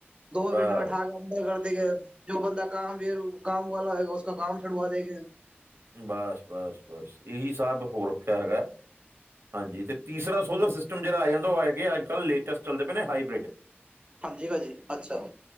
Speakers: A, on the right; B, on the right.
A: ਦੋ
B: ਬਸ
A: ਮਿੰਟ ਉਠਾ ਕੇ <inaudible> ਜੋ ਬੰਦਾ ਕਾਮ ਵੇਅਰ ਵੋ ਕਮ ਵਾਲਾ ਹੋਏਗਾ ਉਸ ਕਾ ਕਾਮ ਡੁਡਵਾ ਦੇਂਗੇ।
B: ਬਸ -ਬਸ - ਬਸ, ਇਹੀ ਸਭ ਹੋ ਰੱਖਿਆ ਹੈਗਾ। ਹਾਂਜੀ, ਤੇ ਤੀਸਰਾ ਸੋਲਰ ਸਿਸਟਮ ਜਿਹੜਾ ਆ ਜਾਂਦਾ, ਉਹ ਹੈਗੇ ਅੱਜ ਕੱਲ੍ਹ ਲੇਟੈਸਟ ਚੱਲਦੇ ਪਏ ਨੇ, ਹਾਈਬ੍ਰਿਡ। <inaudible>
A: ਹਾਂਜੀ, ਭਾਂਜੀ ਅੱਛਾ।